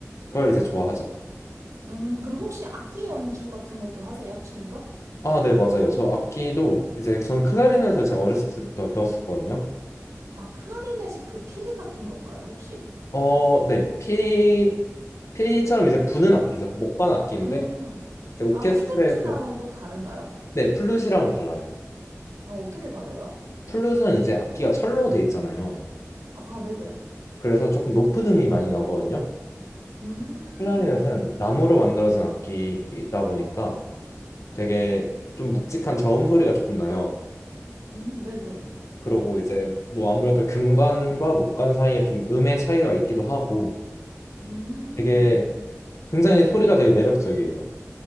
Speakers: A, on the left; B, on the right.
A: 걸 이제 좋아하죠.
B: 음, 그럼 혹시 악기 연주 같은 것도 하세요, 취미로?
A: 아, 네, 맞아요. 저 악기도 이제 저는 클라리넷을 제가 어렸을 때부터 배웠었거든요.
B: 아, 클라리넷이 그 피리 같은 건가요, 혹시?
A: 어, 네, 피 피처럼 이제 부는 악기죠. 목관 악기인데
B: 음,
A: 이제 오케스트라에서
B: 아, 플루트랑은 또 다른가요?
A: 네, 플룻이랑은 달라요.
B: 아, 어떻게 달라요?
A: 플룻은 이제 악기가 철로 돼 있잖아요.
B: 아, 네네.
A: 그래서 조금 높은 음이 많이 나거든요.
B: 음,
A: 클라리넷은 나무로 만들어진 악기이다 보니까 되게 좀 묵직한 저음 소리가 조금 나요.
B: 음, 네네.
A: 그러고 이제 뭐 아무래도 금관과 목관 사이에 좀 음의 차이가 있기도 하고
B: 음.
A: 되게 굉장히 소리가 되게 매력적이에요.